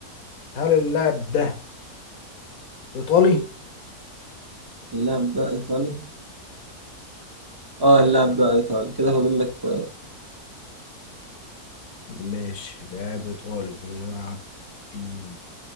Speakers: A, on the left (about 70°); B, on the right (about 15°).
A: هل اللاعب ده إيطالي؟
B: اللاعب ده إيطالي اه اللاعب ده إيطالي كده فاضل لك آه،
A: ماشي لاعب إيطالي بيلعب في